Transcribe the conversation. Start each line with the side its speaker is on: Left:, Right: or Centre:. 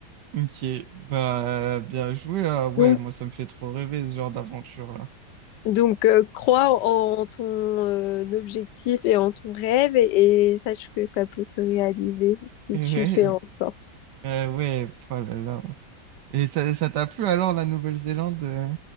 Right: ok, bah bien joué. Ah ouais,
Left: Donc,
Right: moi ça me fait trop rêver ce genre d'aventure là.
Left: Donc, euh, crois en ton euh, objectif et en ton rêve et, et sache que ça peut se réaliser si
Right: <laughs> Ouais,
Left: tu fais en sorte.
Right: euh, ouais, oh là là. Et ça, ça t'a plu alors la Nouvelle-Zélande? euh